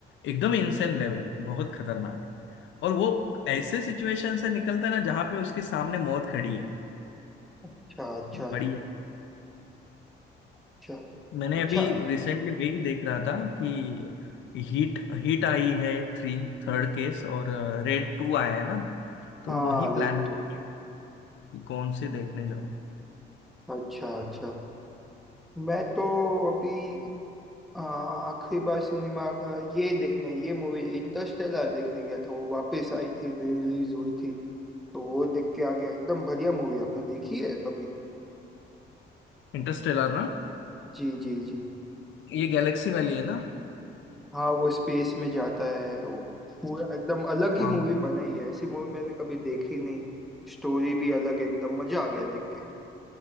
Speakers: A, on the left (about 70°); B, in the centre.
A: एकदम इंसेंट लेवल बहुत खतरनाक और वो ऐसे सिचुएशन से निकलता है ना जहाँ पे उसके सामने मौत खड़ी है
B: अच्छा अच्छा
A: बढ़िया
B: अच्छा
A: मैंने
B: अच्छा
A: अभी रिसेंटली वही देख रहा था कि हीट हीट आई है थ्री थर्ड केस और रेड टू आया है ना तो
B: हाँ
A: वही
B: अरे
A: प्लान कर
B: तो
A: कि कौन से देखने जाऊँ
B: अच्छा अच्छा मैं तो अभी आ, आखिरी बार सिनेमा का ये देखने ये मूवी इंटरस्टेलर देखने गया था वो वापस आई थी रिलीज हुई थी तो वो देख के आ गया एकदम बढ़िया मूवी आपने देखी है कभी
A: इंटरस्टेलर ना
B: जी जी जी
A: ये गैलेक्सी वाली है ना
B: हाँ वो स्पेस में जाता है वो पूरा एकदम अलग ही
A: हाँ
B: मूवी बनाई है ऐसी मूवी मैंने कभी देखी नहीं स्टोरी भी अलग एकदम मजा आ गया देख के